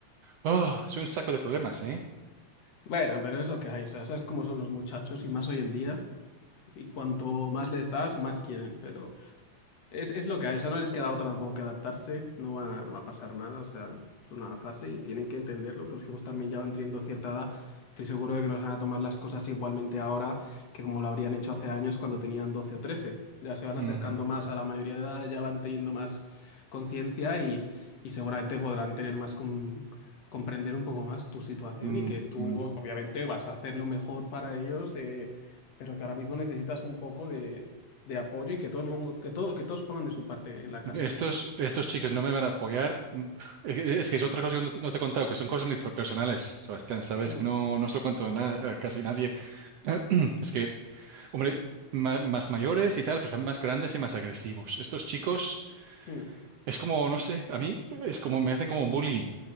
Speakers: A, on the right; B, on the left.
A: Oh, es un saco de problemas, ¿eh?
B: Bueno, pero es lo que hay. O sea, sabes cómo son los muchachos y más hoy en día. Y cuanto más les das, más quieren. Pero Es, es lo que hay, o sea, no les queda otra tampoco que adaptarse, no va, no va a pasar nada, o sea, es una fase y tienen que entenderlo. Tus hijos también ya van teniendo cierta edad, estoy seguro de que nos van a tomar las cosas igualmente ahora que como lo habrían hecho hace años cuando tenían 12 o trece Ya se van acercando
A: Mm,
B: más a la mayoría de edad, ya van teniendo más conciencia y, y seguramente podrán tener más com- comprender un poco más tu situación
A: mm,
B: y que tú
A: mm.
B: obviamente vas a hacer lo mejor para ellos, eh, pero que ahora mismo necesitas un poco de de apoyo y que todo el mundo, que todo, que todos pongan de su parte en la casa.
A: Estos, estos chicos no me van a apoyar. <laughs> Mm, eh, Es que es otra cosa que no te no te he contado, que son cosas muy personales, Sebastián, sabes
B: Mm,
A: que no, no se lo cuento a, na- a casi nadie. <clears throat> Es que, hombre, ma- más mayores y tal, pero están más grandes y más agresivos. Estos chicos.
B: mm,
A: Es como, no sé, a mí es como me hacen como bullying,